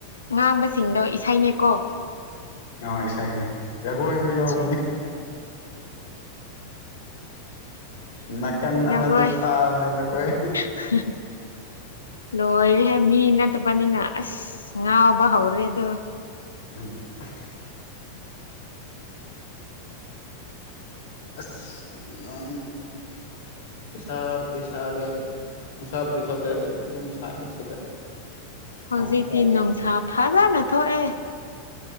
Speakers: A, on the left; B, on the left.
A: ꯉꯥꯡꯕꯁꯤꯡꯗꯣ ꯏꯁꯩꯅꯦꯀꯣ
B: ꯑꯥꯎ ꯏꯁꯩꯅꯤ ꯖꯒꯣꯏꯁꯨ
A: ꯑꯠꯆꯥ
B: ꯌꯥꯎꯕꯅꯦ ꯅꯥꯀꯟ
A: ꯅꯣꯏ
B: ꯑꯃꯗ ꯁꯥꯕꯅꯦ ꯖꯒꯣꯏ
A: <unintelligible> ꯂꯣꯏꯔꯦꯍꯦ ꯃꯤ ꯅꯠꯇꯕꯅꯤꯅ ꯑꯁ ꯉꯥꯎꯕ ꯍꯧꯔꯦꯗꯣ
B: <unintelligible> ꯑꯁ ꯅꫭꯡ ꯁꯥꯥꯕꯗ ꯁꯥꯥꯗ ꯅꯨꯡꯁꯥꯕꯨꯗꯤ ꯊꯧꯗꯦ ꯑꯗꯨ ꯑꯗꯨꯝ ꯁꯥꯏꯌꯦ ꯁꯤꯗ
A: ꯍꯧꯖꯤꯛꯇꯤ
B: ꯅꯣꯡꯁꯨ ꯇꯥꯗꯦ
A: ꯅꯨꯡꯁꯥ ꯐꯖꯅ ꯊꯣꯛꯑꯦ